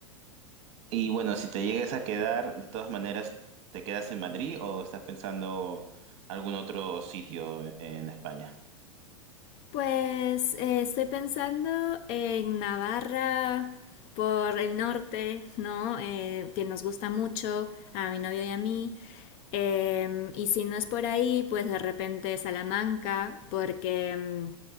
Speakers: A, on the right; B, on the left.
A: Y bueno, si te llegues a quedar, de todas maneras, ¿te quedas en Madrid o estás pensando algún otro sitio e, en España?
B: Pues eh, estoy pensando en Navarra por el norte, ¿no? Eh, que nos gusta mucho a mi novio y a mí. Em, y si no es por ahí, pues de repente Salamanca, porque em,